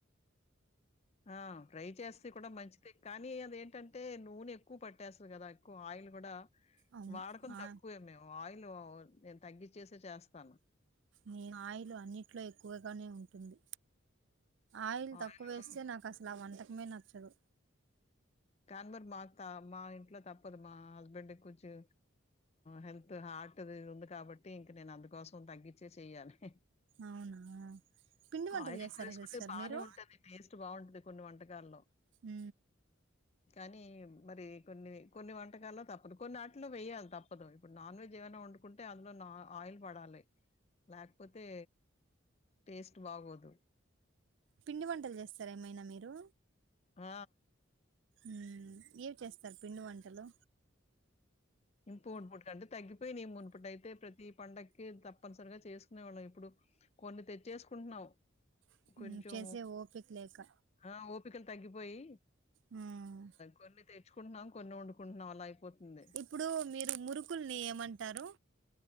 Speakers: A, on the left; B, on the right.
A: ఆ ఫ్రై చేస్తే కూడా మంచిది కానీ అదేంటంటే నూనె ఎక్కువ పట్టేస్తది కదా ఎక్కువ ఆయిల్ కూడా
B: అవును
A: వాడకం
B: ఆ
A: తక్కువే మేము ఆయిల్ నేను తగ్గించేసే చేస్తాను
B: మీ ఆయిలు అన్నిట్లో ఎక్కువగానే ఉంటుంది ఆయిల్ తక్కువ
A: ఆయిలు
B: వేస్తే నాకు అసలు ఆ వంట మె నచ్చదు
A: కాన్వర్ మాకు త మా ఇంట్లో తప్పదు మా హస్బెండ్ కొంచెం హెల్త్ హార్ట్ది ఇది ఉంది కాబట్టి ఇంక నేను అందుకోసం తగ్గించే చెయ్యాలి
B: అవునా పిండి వంటలు
A: ఆయిల్
B: చేస్తారా
A: ఎక్కువ వేసుకుంటే
B: తెలుస్తారు
A: బానే
B: మీరు
A: ఉంటది. టేస్ట్ బావుంటది కొన్ని వంటకాల్లో
B: ఉ
A: కానీ మరి కొన్ని కొన్ని వంటకాల్లో తప్పుదు కొన్ని ఇట్లో వెయాలి తప్పదు ఇప్పుడు నాన్వెజ్ ఏమైనా వండు కుంటే అందులో నా ఆయిల్ పడాలి లేకపోతే టేస్ట్ బాగోదు.
B: పిండి వంటలు చేస్తార ఏమైనా మీరు
A: ఆ
B: ఉం ఏవి చేస్తారు పిండి వంటలు
A: ఇంపుడు <unintelligible> అంటే తగ్గిపేనై మునుపుట్ అయితే ప్రతి పండకి తప్పనిసరిగా చేసుకునేవాళ్ళం ఇప్పుడు కొన్ని తె చేసుకుంటున్నాం
B: హ్మ్
A: కొంచెము
B: చేసే ఓపిక లేక
A: ఆ ఓపికలు తగ్గిపోయి
B: హ్మ్
A: కొన్ని తెచ్చుకుంటున్నాం కొన్ని వండుకుంటున్నాం అలా అయిపో ఉండే
B: ఇప్పుడు మీరు మురుకుల్ని ఏమంటారు